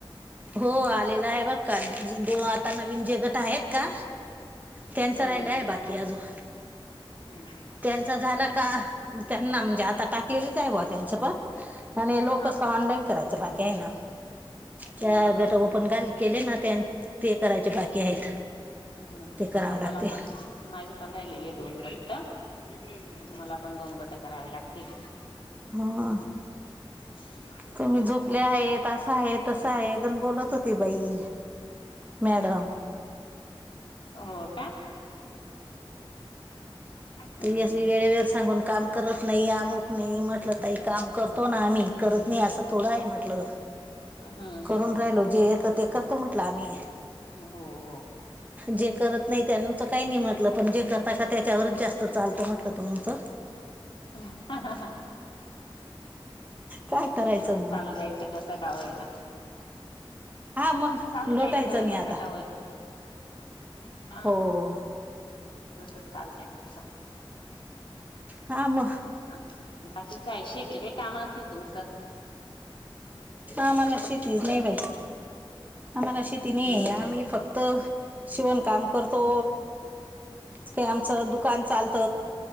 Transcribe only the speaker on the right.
हो आलेला आहे बर का दोन आता नवीन जे गट आहेत का त्याचं
राहिलाय आहे बाकी अजुन
त्यां च झालं का त्यांना म्हणजे आता टाकलेलंच आहे बुवा त्यांच पण आणि लोकसं
ऑनलाईन करायचं बाकी आहे ना चार
गट ओपन झाले केले ना त्यान ते करायचे बाकी आहेत.
ते करावं
लागते
हा..
तुम्ही झोपले आहेत असं आहे तसं आहे गण बोलत होती बाई मॅडम
<unintelligible>
वेळेवेर
सांगून काम करत नाही अमुक नाही म्हटलं तई काम करतो ना आम्ही करत नाही असं थोडं आहे म्हटलं.
करून
राहीलो जे येत ते कर करतो म्हंटला आम्ही
जे करत नाही त्यांचं काही नाही म्हटलं पण जे करता ते का त्याच्यावरच जास्त असं चालत म्हटल तुमच
काय करायचं
हा मग
लोटायचं
नाही
आता
हो
हा म
आम्हाला शेतीच नाही बाई आम्हाला शेती नाही
आहे आम्ही
फक्त शिवणकाम करतो ते आमचं दुकान चालत